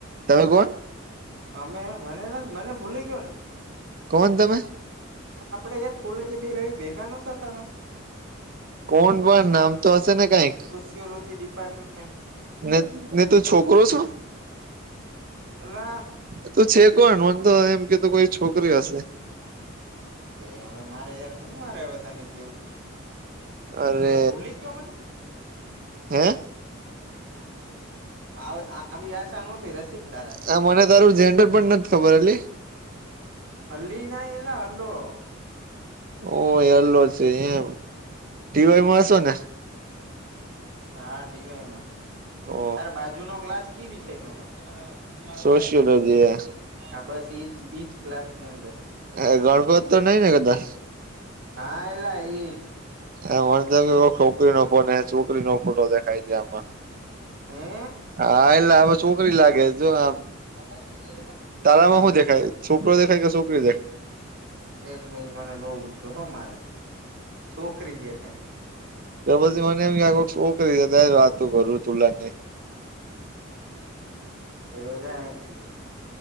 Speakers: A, on the right; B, on the right.
A: તમે કોણ?
B: અમે મને ને મને ભૂલી ગયો ને.
A: કોન તમે?
B: આપડે યાર કોલેજ બે ભેગા ન થતા તા.
A: કોણ પણ નામ તો હશે ને કઈક?
B: જુ લોજી ડિપાર્ટમેન્ટ.
A: ને ને તું છોકરો છું.
B: આલા
A: તો છે કોણ મને તો એમ કેતો કોઈ છોકરી હશે
B: બે હવે મારે યાર હું મારે હવે તને કેવું
A: અરે
B: ત યાર ભૂલી ગયો મને
A: હે.
B: આવી આશા નહતી રસિક. તારાથી
A: આ મને તારું ઝન્ડર પણ નથી ખબર હલી.
B: અલી ના એલા અલો.
A: ઓ એલો છે એમ ટીવાયમાં
B: હમ
A: હસો ને
B: હા ટીવાયમાં
A: ઓ
B: તારે બાજુ નો ક્લાસ કી વિષય નો હે મમ્
A: સોશિયોલોજી
B: દાદા હા બસ એજ ઈજ ક્લાસ ની અંદર છે
A: એ ગણપતિ તો નઈ ને કદાચ
B: હા એલા એઈ
A: હ મને તો છોકરી નો ફોન છોકરી નો ફોટો દેખાઈ ગયા આમાં
B: હે
A: હા એટલે હવે છોકરી લાગે જો આમ
B: <unintelligible>
A: તારામાં
B: હમ
A: શું દેખાય છોકરો દેખાય કે છોકરી દેખાય
B: એક મિનિટ મને જોવું જો હ મારે છોકરી દેખાય
A: તો પછી મને એમ આ વાતુ કરી ત વાત કરરું તુલા
B: ભયો જાય અહીથી